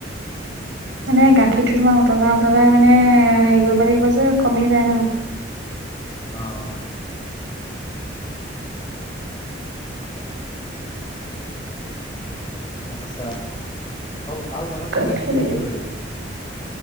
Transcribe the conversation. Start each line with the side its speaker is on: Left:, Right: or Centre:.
Right: মানে গাখীৰটো তোমাৰ উতলাই উতলাই মানে হেৰি কৰিব লাগিব যে কমি যায় ন। <inaudible>
Left: অহ অহ আচ্ছা আৰু লগত
Right: কাক
Left: কি কি
Right: খাই
Left: কি কি
Right: লাগিব
Left: কৰিব